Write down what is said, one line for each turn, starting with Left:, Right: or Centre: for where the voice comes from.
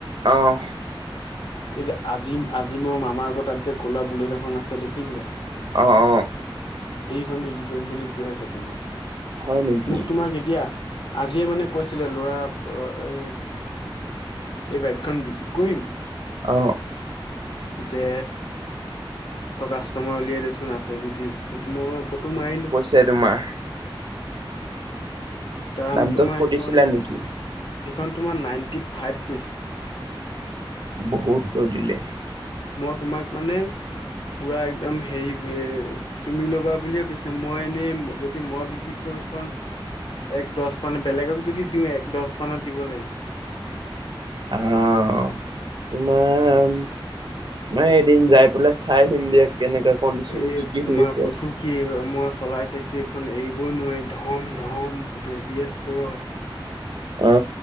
Right: অঁ।
Left: এই যে আজিম আজিমৰ মামাৰ আগত তাত যে ক'লা বুলেট এখন আছে দেখিচে?
Right: অ অ।
Left: সেইখন বিক্ৰী কৰিম বুলি কৈ আছে তোমাৰ,
Right: হয় নেকি
Left: মোক তোমাৰ কেতিয়া আজিয়ে মানে কৈছিলে, লৰা এ এই বাইকখন বিক্ৰী কৰিম
Right: অঁ।
Left: যে ত কাষ্টমাৰ উলিয়াই দেচোন আছে যদি, মই ফটো মাৰিলো।
Right: ছে তোমাৰ
Left: দাম
Right: দামটো
Left: তোমাৰ
Right: সুধিছিলা
Left: সেইখন,
Right: নেকি
Left: সেইখন তোমাৰ নাইনটি ফাইভ কৈছ
Right: বহুত কৰি দিলে।
Left: মই তোমাক মানে, পুৰা একদম হেৰি এ তুমি লবা বুলিয়ে কৈছ হে মই এনেই যদি মই বিক্ৰী কৰো এখন এক দছ মানত বেলেগক যদি দিওঁ এক দছ মানত দিব লাগিব।
Right: আহ তোমাৰ উম, মই এদিন যাই পেলাই চাই আহিম দিয়া কেনেকা কণ্ডিশন
Left: এই
Right: কি কি
Left: তোমাৰ
Right: হৈ আছে?
Left: কৈছো কি মই চলাই চাইছোঁ এইখন এৰিবই নোৱাৰি ধম ধম ফুতে বি এছ ফৌৰৰ।
Right: অ